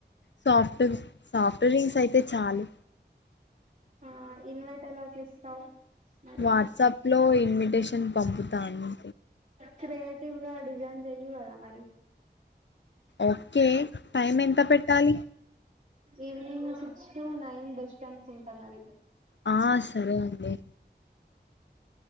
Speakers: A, on the left; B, on the right.
A: సాఫ్ట్ సాఫ్ట్ డ్రింగ్స్ అయితే చాలు
B: ఆ ఇన్వర్ట్ ఎలా చేస్తావు మరి
A: వాట్సాప్ లో ఇన్విటేషన్ పంపుతాను
B: క్రియేటివ్ గా డిజైన్ చెయ్యి కదా మరి
A: ఓకే టైం ఎంత పెట్టాలి
B: evening six to nine bus stand కు ఉంటా మరి
A: ఆ సరే అండి